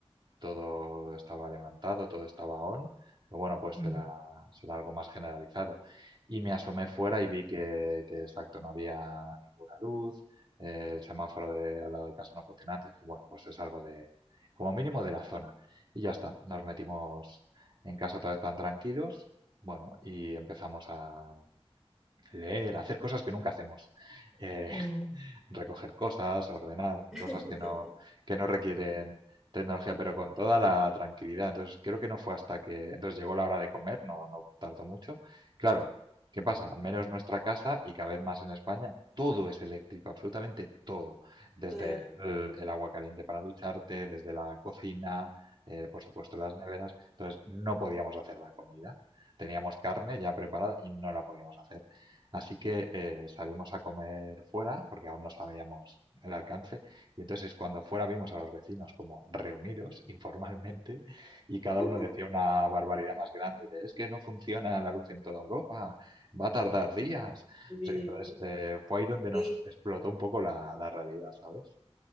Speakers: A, on the right; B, in the centre.
A: todo estaba levantado, todo estaba on, pero bueno, pues
B: mm,
A: será, será algo más generalizado. Y me asomé fuera y vi que, que, exacto, no había ninguna luz, eh, el semáforo de, al lado de casa no funcionaba, entonces dije, bueno, pues es algo de, como mínimo de la zona. Y ya está, nos metimos en casa otra vez tan tranquilos, bueno, y empezamos a leer, a hacer cosas que nunca hacemos. Eh,
B: mm.
A: recoger cosas, ordenar
B: <laughs>
A: cosas que no, que no requieren tecnología, pero con toda la tranquilidad. Entonces, creo que no fue hasta que, entonces llegó la hora de comer, no, no tardó mucho. Claro, ¿qué pasa? Al menos nuestra casa y cada vez más en España, todo es eléctrico, absolutamente todo. Desde
B: Claro.
A: el, el agua caliente para ducharte, desde la cocina, eh, por supuesto las neveras. Entonces, no podíamos hacer la comida. Teníamos carne ya preparada y no la podíamos hacer. Así que eh, salimos a comer fuera porque aún no sabíamos el alcance y entonces cuando fuera vimos a los vecinos como reunidos <laughs> informalmente y cada
B: <laughs>
A: uno decía una barbaridad más grande de es que no funciona la luz en toda Europa, va a tardar días.
B: Sí,
A: O sea que entonces eh, fue ahí donde
B: sí.
A: nos explotó un poco la, la realidad, ¿sabes?